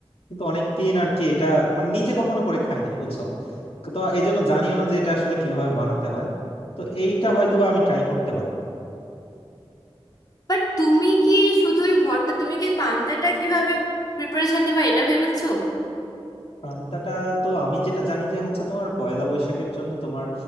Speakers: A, on the left; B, on the left.
A: কিন্তু অনেকদিন আর কি এটা মানে নিজে কখনো করে খাই নাই বুঝছো তো এই জন্য জানিও না যে এটা আসলে কিভাবে বানাতে হয় তো এইটা হয়তোবা আমি ট্রাই করতে পারি
B: বাট তুমি কি শুধু এই ভর্তা তুমি কি পান্তাটা কিভাবে প্রিপারেশন নিবা এটা ভেবেছো
A: পান্তাটা তো আমি যেটা জানি যে হচ্ছে তোমার পয়লা বৈশাখের জন্য তোমার